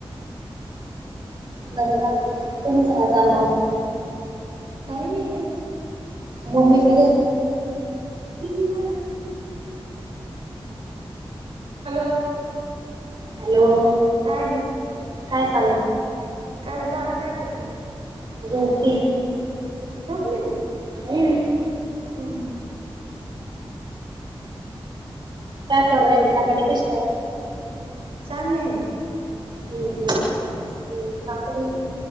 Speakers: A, on the right (about 50°); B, on the right (about 85°).
A: बरं जाऊ देत तुमचं काय चाललंय अजून?
B: काही नाही ग.
A: मम्मी कधे
B: <unintelligible> झाला. हॅलो.
A: हॅलो! !
B: काय? ग.
A: काय चाललं?
B: काय लाडू काय करती?
A: झोपली.
B: झोपली बी
A: हुं.. <unintelligible>
B: हां.
A: काय करू राहिली तांबाटी कशी काय?
B: चांगले आहे ना.
A: हम्म. हम्. हम्म. काकडी.